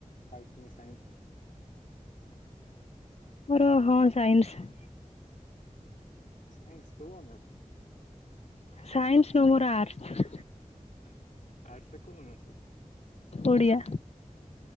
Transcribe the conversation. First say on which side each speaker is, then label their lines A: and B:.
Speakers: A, on the left (about 70°); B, on the left (about 50°).
A: ଆଟ ନା ସାଇନ୍ସ?
B: ମୋର ହଁ ସାଇନ୍ସ।
A: ସାଇନ୍ସ କୋଉ ଅନର୍ସ?
B: ସାଇନ୍ସ ନୁ ମୋର ଆର୍ସ।
A: ଆଚ୍ଛା ଆର୍ଟ୍ସ ରେ କୋଉ ଓନୋର୍ସ?
B: ଓଡ଼ିଆ।